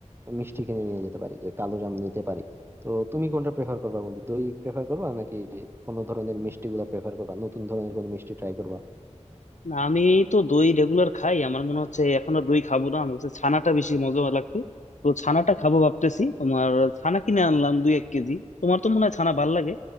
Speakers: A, on the right; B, on the left.
A: মিষ্টি কিনে নিয়ে যেতে পারি যে কালো জাম নিতে পারি তো তুমি কোনটা প্রেফার করবা বন্ধু দই প্রেফার করবা নাকি কোনো ধরনের মিষ্টি গুলা প্রেফার করবা নতুন ধরনের কোনো মিষ্টি ট্রাই করবা
B: না আমি তো দই রেগুলার খাই আমার মনে হচ্ছে এখন আর দই খাবো না আমার কাছে ছানাটা বেশি মজা লাগবে তো ছানাটা খাবো ভাবতেছি তোমার ছানা কিনে আনলাম দুই এক কেজি তোমার তো মনে হয় ছানা ভাল লাগে